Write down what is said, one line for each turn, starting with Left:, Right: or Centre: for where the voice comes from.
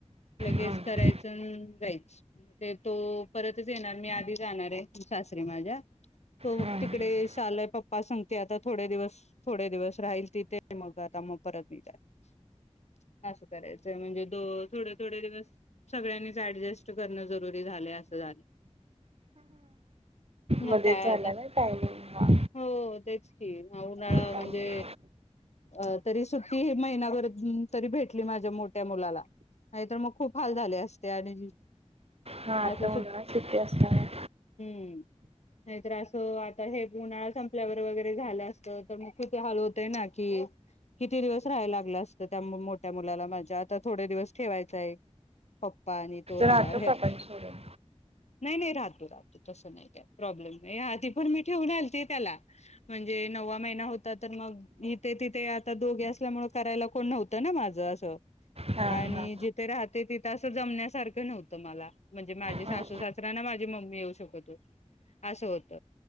Left: लगेच
Right: हम्म.
Left: करायच न् जायचं. तो परत तुझे येणार. मी आधी जाणार आहे. सासरी माझ्या. तो
Right: हम्म.
Left: तिकडे शालंय आता पप्पा सांगते आता थोडे दिवस, थोडे दिवस राहील तिथे. ते मग आता मग परत निघाल असं करायचंय. म्हणजे दो थोडे थोडे दिवस सगळ्यांनीच ऍडजस्ट करणं जरुरी झालंय, असं झालं. मग
Right: मध्येच
Left: काय
Right: झाला
Left: आता,
Right: ना टायमिंग हा
Left: हो तेच की, हा उन्हाळा
Right: त्यामुळे
Left: म्हणजे अ तरी सुट्टी ही महिनाभरच तरी भेटली माझ्या मोठ्या मुलाला. नाहीतर मग खूप हाल झाले असते. आणि
Right: हा आता
Left: असं
Right: उन्हाळा सुट्टी असणारय.
Left: हूं नाहीतर असं आता हे गुण उन्हाळा संपल्यावर वगैरे झालं असतं. तर मग किती हाल होतंय ना की, किती दिवस रहाय लागलं असतं त्या मोठ्या मुलाला माझ्या. आता थोडे दिवस ठेवायचाय. पाणी तो राहणार
Right: राहतो
Left: आहे
Right: काकांना
Left: आता.
Right: सोडून
Left: नाही नाही रहात तो रा तसं नाही काय, प्रॉब्लेम नाय. हा ती पण मी ठेवून आलते त्याला. म्हणजे नववा महिना होता तर मग इथे तिथे आता दोघे असल्यामुळे करायला कोण नव्हतं ना माझं असं.
Right: हा
Left: आणि
Right: हा
Left: जी ते राहते तिथं असं जमण्यासारखं नव्हतं मला म्हणजे माझी
Right: हा
Left: सासू सासरा ना माझी मम्मी अस होत